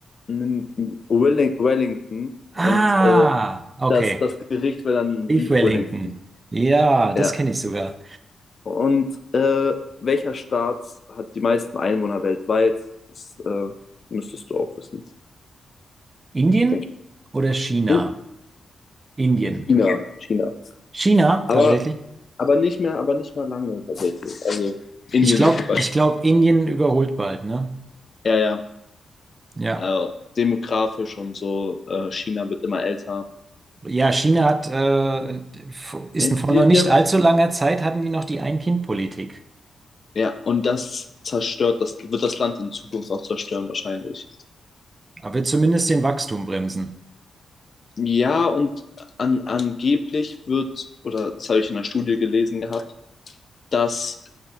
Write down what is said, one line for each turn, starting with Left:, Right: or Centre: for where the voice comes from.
Left: in Welling Wellington
Right: Ah,
Left: und äh,
Right: okay.
Left: das, das Gericht wäre dann
Right: Leave
Left: Beef
Right: Wellington.
Left: Wellington.
Right: Ja, das
Left: Ja.
Right: kenne ich sogar.
Left: Und äh, welcher Staat hat die meisten Einwohner weltweit? Das äh, müsstest du auch wissen,
Right: Indien
Left: denke ich.
Right: oder China?
Left: In
Right: Indien.
Left: China. China.
Right: China,
Left: Aber,
Right: tatsächlich.
Left: aber nicht mehr, aber nicht mehr lange tatsächlich. Also Indien
Right: Ich glaube,
Left: wird bald-
Right: ich glaube, Indien überholt bald, ne?
Left: ja, ja.
Right: Ja.
Left: Also, demografisch und so, äh, China wird immer älter.
Right: Ja, China hat, äh, ist
Left: Die,
Right: vor
Left: die,
Right: noch nicht
Left: die haben
Right: allzu langer Zeit hatten die noch die Ein-Kind-Politik.
Left: Ja, und das zerstört, das wird das Land in Zukunft auch zerstören wahrscheinlich.
Right: Aber wird zumindest den Wachstum bremsen.
Left: Ja, und an, angeblich wird, oder das habe ich in einer Studie gelesen gehabt, dass